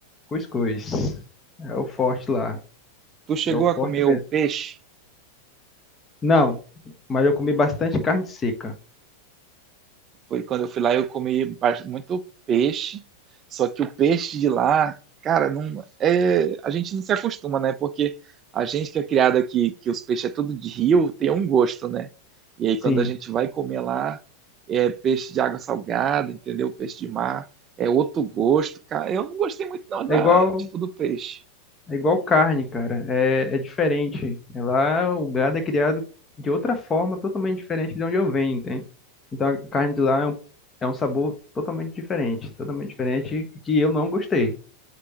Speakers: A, on the left; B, on the right.
A: Cuscuz. É o forte lá.
B: Tu chegou
A: É o forte
B: a comer
A: mesmo.
B: o peixe?
A: Não, mas eu comi bastante carne seca.
B: Foi quando eu fui lá, eu comi ba- muito peixe. Só que o peixe de lá, cara, não é, a gente não se acostuma, né? Porque a gente que é criado aqui, que os peixes é tudo de rio, tem um gosto, né? E aí
A: Sim.
B: quando a gente vai comer lá, é peixe de água salgada, entendeu? Peixe de mar é outro gosto, cara. Eu não gostei muito não da
A: É igual,
B: tipo do peixe.
A: é igual carne, cara. É, é diferente. É Lá o gado é criado de outra forma, totalmente diferente de onde eu venho, entende? Então a carne de lá é um, é um sabor totalmente diferente. Totalmente diferente que eu não gostei.